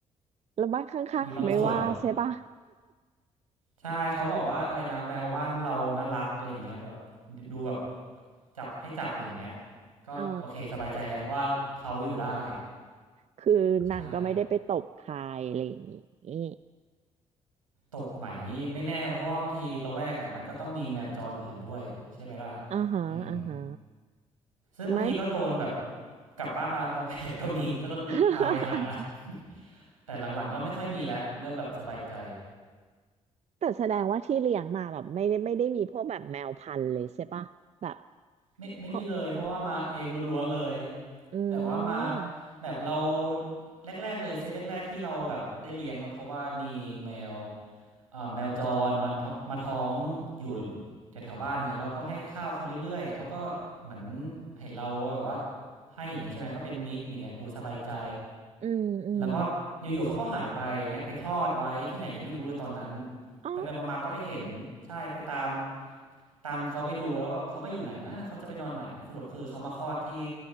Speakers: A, on the right; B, on the right.
A: แล้วบ้านข้างๆเขาไม่ว่าใช่ปะ
B: มีบางส่วนใช่เขาบอกว่าอะไรนะแมวบ้านเราน่ารักอะไรอย่างเงี้ยแบบดูแบบจับให้จับอย่างเงี้ยก็โอเคสบายใจแล้วว่าเขาอยู่ได้
A: อ๋อคือนางก็ไม่ได้ไปตบใครอะไรอย่างงี้
B: ใช่ ตบใหม่นี่ไม่แน่เพราะว่าบางทีละแวกอะมันก็ต้องมีแมวจรอื่นด้วยใช่ไหมล่ะ
A: อ่าฮะอ่าฮะ
B: อืมซึ่งบางทีก็โดนแบบ
A: ไม่
B: กลับบ้านมาพร้อมแผลก็มีก็ต้องพาไปหา
A: <laughs>
B: <laughs> แต่หลังๆก็ไม่ค่อยมีแล้วเริ่มแบบสบายใจ
A: แต่แสดงว่าที่เลี้ยงมาแบบไม่ได้ไม่ได้มีพวกแบบแมวพันธุ์เลยใช่ปะแบบ
B: ไม่ไม่มีเลยเพราะว่ามาเองล้วนๆเลย
A: เพราะอื
B: แบบว่ามา
A: ม
B: แบบเราแรกๆเลยเซตแรกๆที่เราแบบได้เลี้ยงอะเพราะว่ามีแมว เอ่อแมวจรมาท้องมาท้องอยู่แถวๆบ้านเงี้ยแล้วก็ให้ข้าวเขาเรื่อยๆเขาก็เหมือนเห็นเราแบบว่าให้อย่างงี้ใช่ไหมก็เป็นมิตรอย่างเงี้ยดูสบายใจ
A: อืมอืม
B: แล้วก็อยู่ๆเขาก็หายไปอย่างเงี้ยไปคลอดไว้ที่ไหนยังไม่รู้เลยตอนนั้น
A: อ๋อ
B: ไปไปมาๆก็ไปเห็นใช่ไปตามตามเขาไปดูแล้วว่าเขาไปอยู่ไหนนะเขาจะไปนอนไหนสรุปคือเขามาคลอดที่